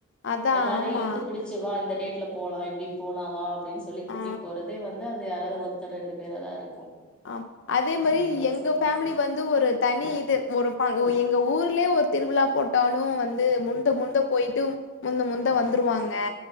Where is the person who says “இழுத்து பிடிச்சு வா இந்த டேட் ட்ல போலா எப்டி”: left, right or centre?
Centre